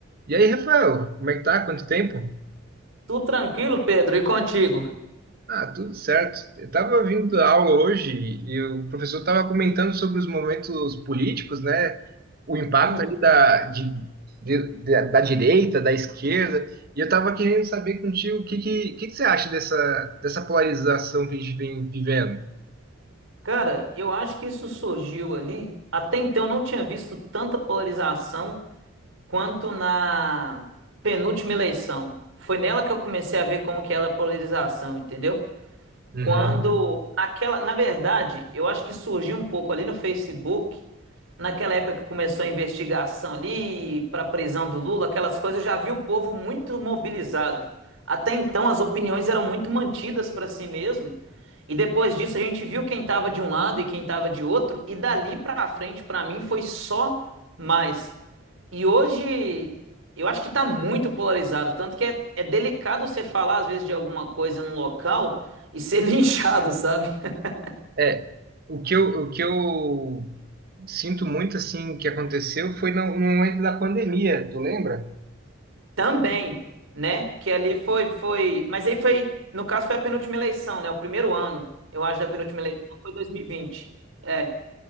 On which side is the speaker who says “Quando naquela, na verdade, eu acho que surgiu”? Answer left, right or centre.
Right